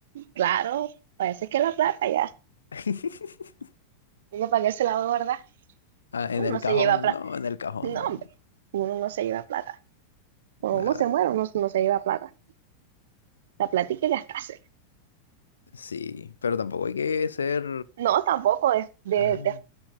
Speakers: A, on the right; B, on the left.
A: Claro, parece que la plata ya.
B: <laughs>
A: Uno para qué se la va a guardar.
B: Ah,
A: Uno
B: en el
A: no
B: cajón,
A: se lleva plata.
B: no, en el cajón,
A: No,
B: no.
A: hombre,
B: no,
A: uno no se lleva plata. Cuando
B: Nada,
A: uno se muere, uno no se lleva plata. La plata hay que gastarse.
B: sí, pero tampoco hay que ser...
A: No, tampoco es de,
B: Ajá.
A: de